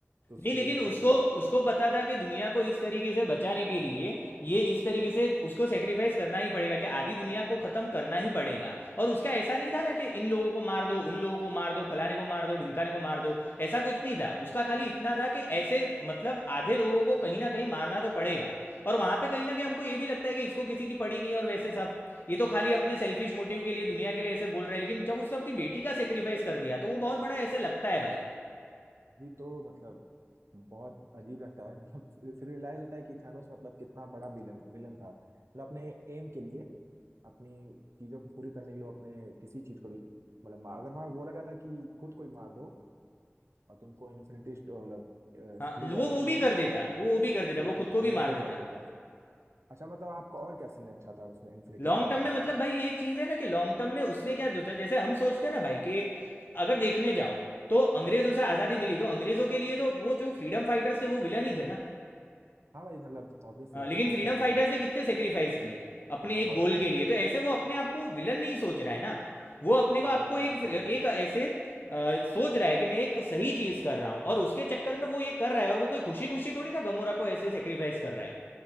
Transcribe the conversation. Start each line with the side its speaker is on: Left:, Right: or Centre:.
Right: तो उसके
Left: नहीं लेकिन
Right: लिए वो
Left: उसको
Right: रेडी था
Left: उसको पता था कि दुनिया को इस तरीके से बचाने के लिए ये इस तरीके से उसको सेक्रीफाइस करना ही पड़ेगा कि आधी दुनिया को खत्म करना ही पड़ेगा और उसका ऐसा नहीं था ना कि इन लोगों को मार दो उन लोगों को मार दो फलाने को मार दो ढिमकाने को मार दो ऐसा कुछ नहीं था उसका खाली इतना था कि ऐसे मतलब आधे लोगों को कहीं ना कहीं मारना तो पड़ेगा और वहां पे कहीं ना कहीं हमको ये भी लगता है कि इसको किसी की पड़ी नहीं है और वैसे सब ये तो खाली अपने सेल्फिश मोटिव के लिए दुनिया के लिए ऐसे बोल रहे हैं लेकिन जब उसने अपनी बेटी का सेक्रीफाइस कर दिया तो वो बहुत बड़ा ऐसे लगता है भाई
Right: ये तो मतलब बहुत अजीब लगता है मतलब फिर, फिर रियलाइज होता है कि थानोस मतलब कितना बड़ा विलन विलन था मतलब अपने एम के लिए अपनी चीजों को पूरी करने के लिए वो अपने किसी चीज को भी मतलब मार अगर वहां बोला गया था कि खुद को ही मार दो और तुमको इन्फिनिटी मतलब अ,
Left: हाँ
Right: मिल
Left: वो
Right: जाएगा
Left: वो
Right: स्टोन
Left: भी कर देता वो वो भी कर देता
Right: तो वो
Left: वो खुद को भी
Right: वो
Left: मार
Right: भी
Left: देता
Right: कर देता अच्छा मतलब आपका और क्या सीन अच्छा था उसमें इन्फिनिटी
Left: लॉन्ग
Right: वॉर
Left: टर्म
Right: में
Left: में मतलब भाई ये चीज़ है ना कि लॉन्ग टर्म में उसने क्या सोचा जैसे हम सोचते हैं ना भाई कि अगर देखने जाओ तो अंग्रेजों से आज़ादी मिली तो अंग्रेजों के लिए तो वो जो फ्रीडम फाइटर्स थे वो विलन ही थे ना
Right: हाँ भाई मतलब ऑब्वियस सी
Left: हाँ,
Right: बात
Left: लेकिन
Right: है बोल
Left: फ्रीडम
Right: सकते
Left: फाइटर्स
Right: हो
Left: ने कितने सेक्रीफाइस किए अपने
Right: बहुत
Left: एक गोल
Right: ज्यादा
Left: के लिए तो ऐसे वो अपने आप को विलन नहीं सोच रहा है ना वो अपने को
Right: बहुत
Left: आपको
Right: ज्यादा
Left: एक
Right: बहुत
Left: एक
Right: ज्यादा
Left: ऐसे अ, सोच रहा है कि मैं एक सही चीज़ कर रहा हूँ और उसके चक्कर में वो ये कर रहा है और वो कोई खुशी खुशी थोड़ी ना गमोरा को ऐसे सेक्रीफाइस कर रहा है